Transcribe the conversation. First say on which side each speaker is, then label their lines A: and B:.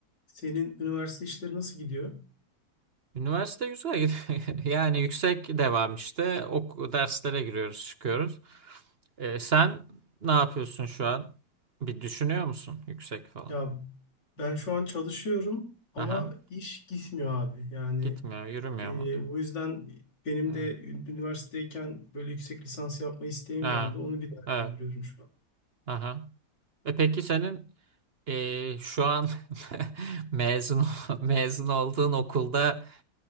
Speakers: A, on the left; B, on the right.
A: Senin üniversite işleri nasıl gidiyor?
B: Üniversite güzel gidiyor. <laughs> Yani yüksek devam işte. Ok derslere giriyoruz, çıkıyoruz. Ee, sen ne yapıyorsun şu an? Bir düşünüyor musun yüksek falan?
A: Ya ben şu an çalışıyorum ama
B: Aha.
A: iş gitmiyor abi. Yani
B: Gitmiyor, yürümüyor
A: e,
B: mu? diyor.
A: o yüzden benim
B: Evet.
A: de ü- üniversitedeyken böyle yüksek lisans yapma isteğim
B: Ha.
A: vardı. Onu bir değerlendiriyorum
B: Evet.
A: şu an.
B: Aha. E peki senin e, şu an <laughs> mezun ol- mezun olduğun okulda